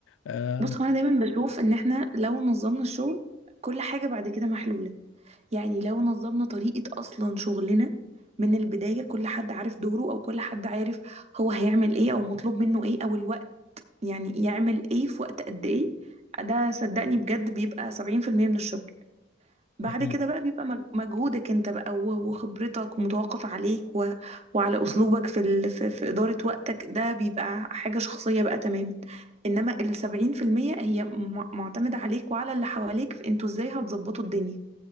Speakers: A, on the left; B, on the right.
A: آم،
B: بص هو انا دايما بشوف ان احنا لو نظمنا الشغل كل حاجه بعد كده محلوله يعني لو نظمنا طريقة أصلا شغلنا من البداية كل حد عارف دوره أو كل حد عارف هو هيعمل إيه أو مطلوب منه إيه أو الوقت يعني يعمل إيه في وقت قد إيه ده صدقني بجد بيبقى سبعين في المية من الشغل بعد
A: دي حقيقة
B: كده بقى بيبقى مج- مجهودك أنت بقى و- وخبرتك ومتوقف عليك و... وعلى أسلوبك في ال... في... في إدارة وقتك ده بيبقى حاجة شخصية بقى تماما إنما السبعين في المية هي م... معتمدة عليك وعلى اللي حواليك في أنتوا إزاي هتظبطوا الدنيا